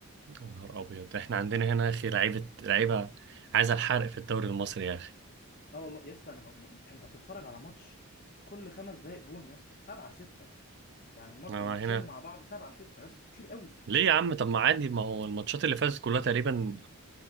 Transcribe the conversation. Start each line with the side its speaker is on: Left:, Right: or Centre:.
Right: يا نهار ابيض احنا عندنا هنا يا اخي لعيبه لعيبه عايزه الحرق في الدوري المصري يا اخي
Left: اه والله يا اسطى انا ب... ب... انت بتتفرج على ماتش كل خمس دقايق جون يا اسطى سبعة ستة يعني ماتش
Right: هنا
Left: ماتشين مع بعض سبعة ستة يا اسطى كتير قوي
Right: ليه يا عم طب ما عادي ما هو الماتشات اللي فاتت كلها تقريبا